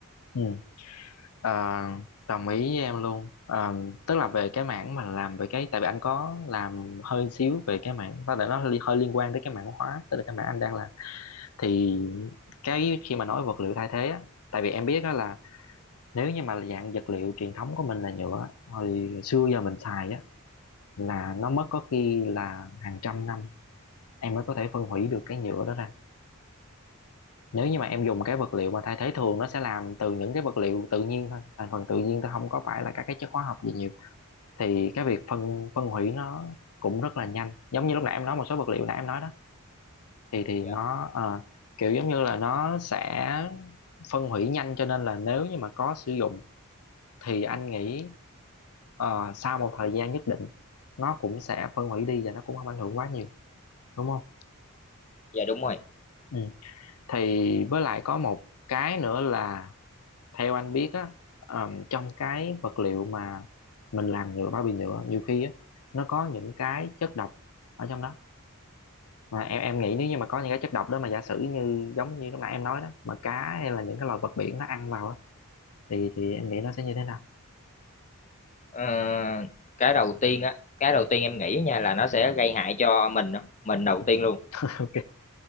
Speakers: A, on the left (about 75°); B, on the left (about 35°).
A: ừ Ờ, đồng ý với em luôn Ờ, tức là về cái mảng mà làm về cái tại vì anh có làm hơi xíu về cái mảng có thể nó li- hơi liên quan tới cái mảng hóa tức là cái mảng anh đang làm thì cái khi mà nói vật liệu thay thế á tại vì em biết á là nếu như mà dạng vật liệu truyền thống của mình là nhựa á, hồi xưa giờ mình xài á là nó mất có khi là hàng trăm năm em mới có thể phân hủy được cái nhựa đó ra nếu như mà em dùng cái vật liệu mà thay thế thường nó sẽ làm từ những cái vật liệu tự nhiên thôi thành phần tự nhiên thôi không có phải là các cái chất hóa học gì nhiều thì cái việc phân phân hủy nó cũng rất là nhanh giống như lúc nãy em nói một số vật liệu nãy em nói đó thì thì
B: dạ
A: nó ờ, kiểu giống như là nó sẽ phân hủy nhanh cho nên là nếu như mà có sử dụng thì anh nghĩ ờ, sau một thời gian nhất định nó cũng sẽ phân hủy đi và nó cũng không ảnh hưởng quá nhiều đúng không?
B: dạ đúng rồi
A: Ừ. Thì với lại có một cái nữa là theo anh biết á ờm, trong cái vật liệu mà mình làm nhựa bao bì nhựa nhiều khi á nó có những cái chất độc ở trong đó mà em em nghĩ nếu như mà có những cái chất độc đó mà giả sử như giống như lúc nãy em nói đó mà cá hay là những cái loài vật biển nó ăn vào á thì thì em nghĩ nó sẽ như thế nào
B: Ờ, cái đầu tiên á cái đầu tiên em nghĩ nha là nó sẽ
A: ừ.
B: gây hại cho mình á, mình đầu
A: Ừ.
B: tiên luôn
A: <laughs> ok